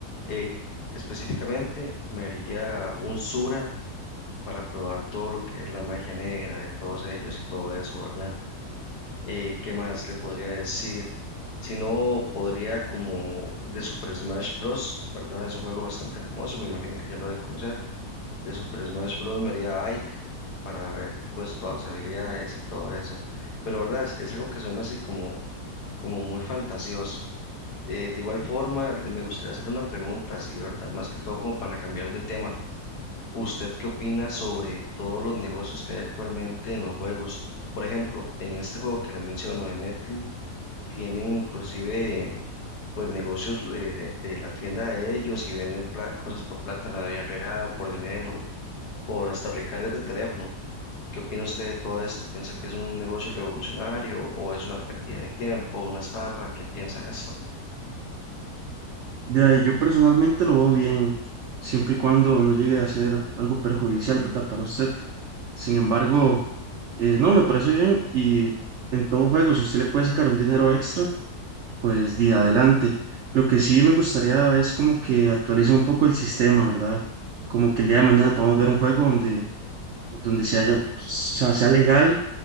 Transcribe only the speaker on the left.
Eh, específicamente me haría un Sura para probar todo lo que es la magia negra de todos ellos y todo eso, ¿verdad? Eh, ¿qué más le podría decir? Si no, podría como de Super Smash Bros., ¿verdad? Es un juego bastante famoso, me imagino que ya lo ha de conocer de Super Smash Bros. me haría Ike para ver pues todas las habilidades y todo eso. Pero verdad es, es algo que suena así como, como muy fantasioso. Eh, de igual forma, le- me gustaría hacerle una pregunta así, ¿verdad? Más que todo como para cambiar de tema. ¿Usted qué opina sobre todos los negocios que hay actualmente en los juegos? Por ejemplo, en este juego que le menciono de Metin, tienen inclusive em, pues negocios eh, de, de la tienda de ellos y venden pla- cosas por plata en la vida real, por dinero por hasta recargas de teléfono. ¿Qué opina usted de todo esto? ¿Piensa que es un negocio revolucionario o es una pérdida de tiempo, una estafa? ¿Qué piensa de esto?